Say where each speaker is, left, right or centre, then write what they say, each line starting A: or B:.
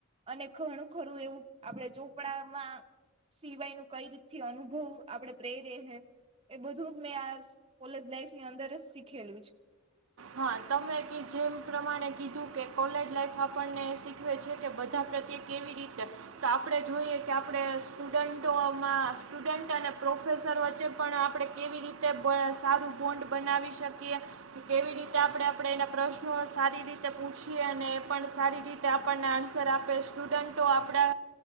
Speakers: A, on the right (about 25°); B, on the right (about 70°).
A: અને ઘણું ખરું એવું આપણે ચોપડામાં સિવાયનું કઈ રીતથી અનુભવું આપણે પ્રેરે હે એ બધું મેં આ કોલેજ લાઈફની અંદર જ શીખેલું છું.
B: હા તમે કે જેમ પ્રમાણે કીધું કે કોલેજ લાઈફ માં પણ આપણને શીખવે છે, કે બધા પ્રત્યે કેવી રીતે તો આપડે જોઈએ કે આપડે સ્ટુડન્ટોમાં સ્ટુડન્ટ અને પ્રોફેસર વચ્ચે પણ આપણે કેવી રીતે સારું બોન્ડ બનાવી શકીએ કે
A: છે
B: કેવી રીતે ત્યાં આપડે આપડે એના પ્રશ્નો સારી રીતે પૂછીએ અને એ પણ સારી રીતે આપણને આન્સર આપી સ્ટુડન્ટો આપડા